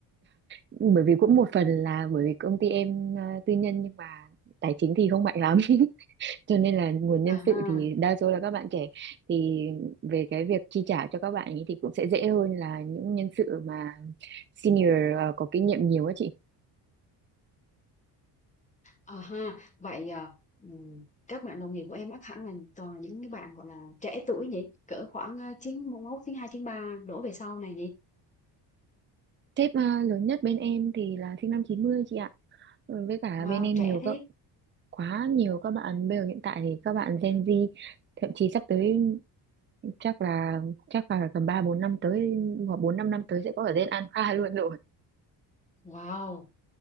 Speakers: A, on the right; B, on the left.
A: bởi vì cũng một phần là bởi vì công ty em ờ, tư nhân nhưng mà tài chính thì không mạnh lắm <laughs> cho nên là nguồn nhân
B: À
A: sự
B: ha.
A: thì đa số là các bạn trẻ thì về cái việc chi trả cho các bạn ấy thì cũng sẽ dễ hơn là những nhân sự mà senior ờ, có kinh nghiệm nhiều á chị
B: À ha, vậy à, ừm, các bạn đồng nghiệp của em ác hẳn là toàn là những cái bạn gọi là trẻ tuổi nhỉ, cỡ khoảng ờ, chín mốt, chín hai chín ba đổ về sau này nhỉ.
A: sếp ờ, lớn nhất bên em thì là sinh năm 90 chị ạ Ừ, với cả
B: Wow,
A: bên em
B: trẻ
A: nhiều
B: thế.
A: các quá nhiều các bạn bây giờ hiện tại thì các bạn Gen Z thậm chí sắp tới chắc là chắc là tầm ba bốn năm tới hoặc bốn năm năm tới sẽ có ở Gen Alpha <laughs> luôn rồi
B: Wow.